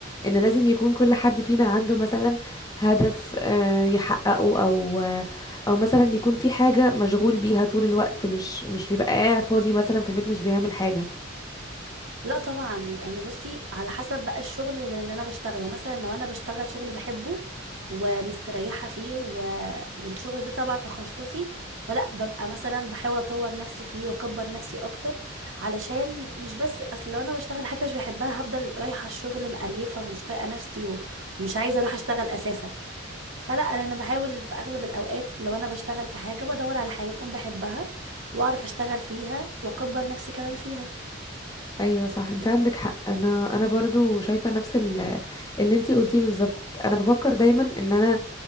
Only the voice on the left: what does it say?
ان لازم يكون كل حد فينا عنده مثلا هدف آه، يحققه او آه، او مثلا يكون في حاجة مشغول بيها طول الوقت مش مش بيبقى قاعد فاضي مثلا في البيت مش بيعمل حاجة
ايوه صح انت عندك حق انا انا برضو شايفة نفس ال- اللي انت قلتيه بالظبط انا بفكر دايما ان انا